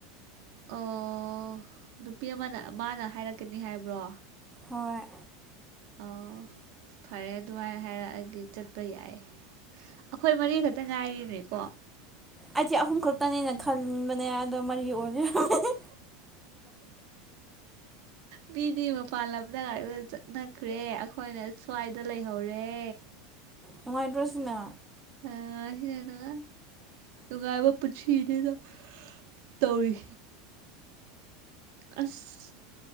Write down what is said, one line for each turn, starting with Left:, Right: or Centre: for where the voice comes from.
Right: ꯑꯣ ꯅꯨꯄꯤ ꯑꯃꯅ ꯃꯥꯅ ꯍꯥꯏꯔꯛꯀꯅꯤ ꯍꯥꯏꯕ꯭ꯔꯣ
Centre: ꯍꯣꯏ
Right: ꯑꯣ ꯐꯔꯦ ꯑꯗꯨꯃꯥꯏ ꯍꯥꯏꯔꯛꯑꯗꯤ ꯆꯠꯄ ꯌꯥꯏ ꯑꯩꯈꯣꯏ ꯃꯔꯤ ꯈꯛꯇ ꯉꯥꯏꯔꯦꯅꯦꯀꯣ
Centre: ꯑꯩꯗꯤ ꯑꯍꯨꯝ ꯈꯛꯇꯅꯦꯅ ꯈꯟꯕꯅꯦ ꯑꯗꯣ ꯃꯔꯤ ꯑꯣꯏꯅ ꯂꯩꯔꯝꯃꯦ
Right: ꯃꯤꯗꯤ ꯃꯄꯥꯟ ꯂꯝꯗ ꯉꯥꯛꯇ ꯆꯠꯅꯈ꯭ꯔꯦ ꯑꯩꯈꯣꯏꯅ ꯁ꯭ꯋꯥꯏꯗ ꯂꯩꯍꯧꯔꯦ
Centre: ꯅꯨꯡꯉꯥꯏꯇ꯭ꯔꯣꯁꯤꯅ
Right: ꯑꯥ ꯁꯤꯅ ꯅꯨꯡꯉꯥꯏ ꯅꯨꯡꯉꯥꯏꯕ ꯄꯨꯟꯁꯤꯅꯤꯗ ꯇꯧꯔꯤ ꯑꯁ